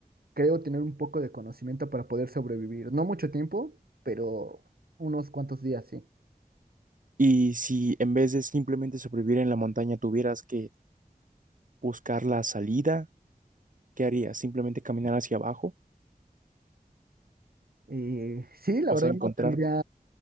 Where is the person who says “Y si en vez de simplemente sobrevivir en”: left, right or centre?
Right